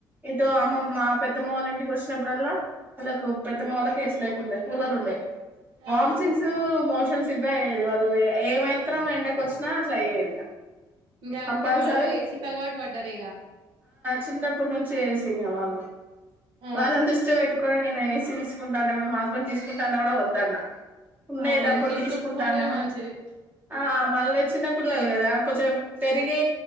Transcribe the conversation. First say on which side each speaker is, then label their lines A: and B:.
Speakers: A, on the right; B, on the right.
A: ఇటు అమ్మమ్మ పెద్దమ్మ వాళ్ళ ఇంటి వచ్చినప్పుడల్లా వాళ్ళలకు పెద్దమ్మ వాళ్ళకి ఏసీ లేకుండే కూలర్ ఉండే వామిథింగ్స్
B: ఆ
A: మోషన్స్ ఇవే అయ్యేది వాళ్ళు ఏమాత్రం ఎండకి వచ్చినా అట్లా అయ్యేది
B: ఇంకా అంతే
A: కంపల్సరీ
B: వాళ్ళ ఏసికి అలవాటు పడ్డారు ఇక
A: చిన్నప్పడు నుంచి ఏసినే వాళ్ళు
B: ఆ
A: వాళ్ళని దృష్టిలో పెట్టుకుని నేను ఏసీ తీసుకుంటా అంటే కూడా మా హస్బెండ్ తీసుకుంటాన్న కూడా వద్దన్న ఉన్నాయి
B: అవునులే
A: డబ్బులు
B: తీసుకోకపోవడమే
A: తీసుకుంటాను
B: మంచిది
A: ఆ మళ్ళ చిన్నప్పు పిల్లలు కదా కొంచెం పెరిగే